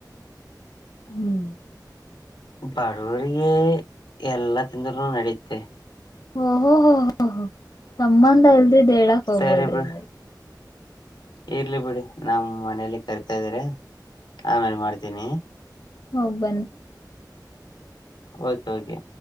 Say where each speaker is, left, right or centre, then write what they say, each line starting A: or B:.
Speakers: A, on the left; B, on the left.
A: ಹ್ಮ್
B: ಬಡವರಿಗೆ ಎಲ್ಲಾ ತಿಂಧನು ನಡೀುತ್ತೆ
A: ಹ್ಮ <inaudible> ಹೊಓ ಹೋ ಹೋ ಹ ಸಂಬಂಧ ಇಲ್ದಿ ಹೇಳಕ್ ಹೋಗ್ಬೇಡ್ರಿ
B: ಸರಿ ಬಿಡ್
A: ನೀ
B: ಇರ್ಲಿ ಬಿಡಿ ನಮ್ ಮನೇಲಿ ಕರಿತಾ ಇದಿದ್ರ ಆಮೇಲೆ ಮಾಡ್ತೀನಿ
A: ಹೋಗ್ ಬನ್ನಿ
B: ಓಕೆ ಓಕೆ